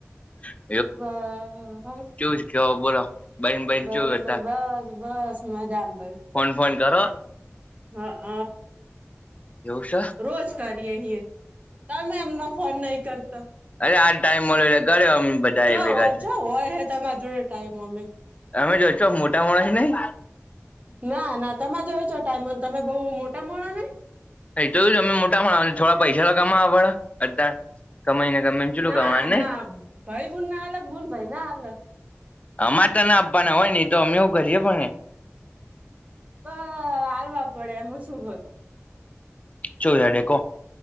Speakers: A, on the left (about 30°); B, on the right (about 30°).
A: <inaudible>
B: બ હ,
A: ચેવું છે કેવો બોલો બઈન બઈન
B: <inaudible>
A: ચેવું હતા
B: બસ બસ મજા આમ ભાઈ,
A: ફોન ફોન કરો
B: હ હ
A: એવું સ
B: રોજ કરીએ હિએ, તમે એમન ફોન નહી કરતા!
A: અરે
B: <unintelligible>
A: આ ટાઈમ મળ્યો એટલે કર્યો અમે બધા
B: ચ
A: એ ભેગા
B: હો, ચો હોય હ? તમે જોડે ટાઈમ ઓમે,
A: તમે જો છો, મોટા માણસ <unintelligible> નહીં?
B: ના, ના તમા જોડે ચો ટાઈમ હ, તમે બહુ મોટા માણહ નહીં?
A: અ જોયું તમે મોટા માણહ, થોડા પૈસા તો કમાવા પડે? અતાર? કમાઈને, કમાઈન ચેટલુ
B: ના
A: કમાવાનું, નહીં?
B: ના ભાઈ બુન ના હાલે બુન ભાઈ ના હાલે
A: અમાર તને આપવાના હોય ને! એ તો અમે એવું કરીએે પણ નહીં!
B: બહ, આલવા પડે એમાં સુ હોય?
A: ચુ હેંડે, કો!